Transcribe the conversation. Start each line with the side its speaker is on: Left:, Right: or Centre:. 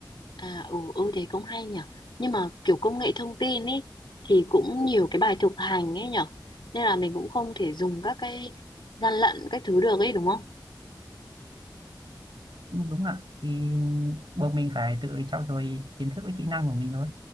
Left: À ừ, ừ thế cũng hay nhở Nhưng mà kiểu công nghệ thông tin ấy thì cũng nhiều cái bài thực hành ấy nhở Nên là mình cũng không thể dùng các cái gian lận các thứ được ấy đúng không?
Right: Ừ, Đúng ạ. Thì buộc mình phải tự trau dồi kiến thức với kỹ năng của mình thôi.